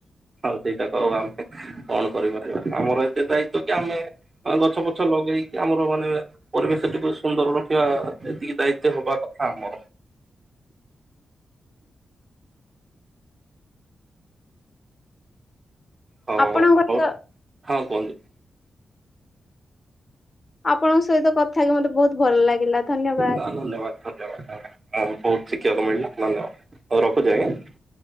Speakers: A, on the right; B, on the left.
A: ଆଉ ସେଇଟା କ ଆମେ କଣ କରିପାରିବା ଆମର ଏତେ ଦାୟିତ୍ଵ କି ଆମେ ହଁ ଗଛ ପଛ ଲଗେଇକି ଆମର ମାନେ ପରିବେଶଟିକୁ ସୁନ୍ଦର ରଖିବା ଏତିକି ଦାୟିତ୍ଵ ହବା କଥା ଆମର। ହଉ
B: ଆପଣଙ୍କ
A: ହଉ ହଉ ହଁ କୁହନ୍ତୁ।
B: ଆପଣଙ୍କ ସହିତ କଥା ହଇକି ମତେ ବହୁତ ଭଲ ଲାଗିଲା ଧନ୍ୟବାଦ।
A: ହଁ ଧନ୍ୟବାଦ ଧନ୍ୟବାଦ ହଁ ବହୁତ ଶିଖିବାକୁ ମିଳିଲା ଧନ୍ୟବାଦ ରଖୁଛି ଆଜ୍ଞା।